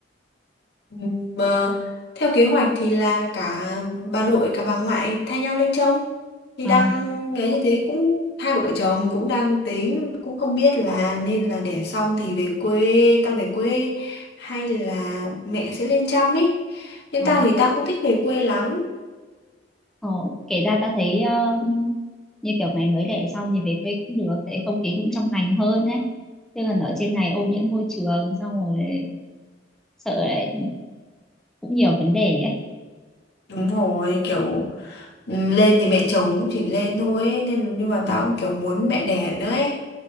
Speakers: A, on the left; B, in the centre.
A: ừ, mà theo kế hoạch thì là cả bà nội cả bà ngoại thay nhau lên trông thì
B: Ờ,
A: đang ấy như thế cũng hai vợ chồng cũng đang tính cũng không biết là nên là đẻ xong thì về quê ta về quê hay là mẹ sẽ lên chăm ấy nhưng
B: ờ.
A: ta thì ta không thích về quê lắm
B: Ờ, kể ra tao thấy ờ, như kiểu mày mới đẻ xong thì về quê cũng được tại không khí cũng trong lành hơn ấy chứ còn ở trên này ô nhiễm môi trường xong rồi sợ lại cũng nhiều vấn đề ấy
A: Đúng rồi, kiểu ừm, lên thì mẹ chồng cũng chỉ lên thôi ấy, nên nhưng mà
B: ừ
A: tao cũng kiểu muốn mẹ đẻ nữa ấy.